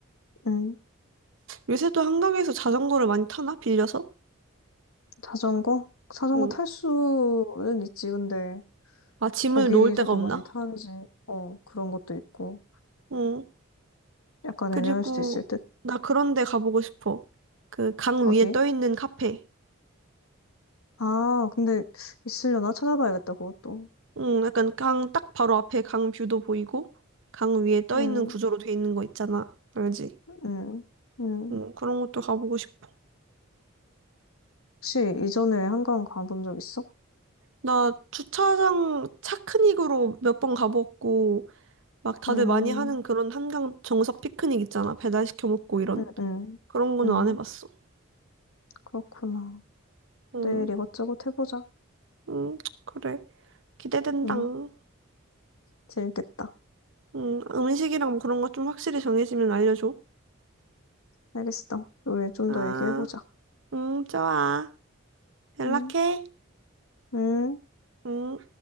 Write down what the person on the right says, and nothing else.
요새도 한강에서 자전거를 많이 타나? 빌려서?
응.
아, 짐을
놓을 데가 없나?
응.
그리고
나 그런 데 가보고 싶어. 그 강
위에 떠 있는 카페.
응, 약간 강 딱 바로 앞에 강 뷰도 보이고 강 위에 떠
있는 구조로 돼 있는 거 있잖아. 알지?
응, 그런 것도 가보고 싶어.
나 주차장 차크닉으로 몇 번 가봤고 막 다들
많이 하는 그런 한강 정석 피크닉 있잖아. 배달 시켜 먹고 이런
그런 거는
안 해봤어.
응,
응, 그래. 기대된당.
응, 음식이랑 뭐 그런 거 좀 확실히 정해지면 알려줘.
아,
응, 좋아. 연락해.
응.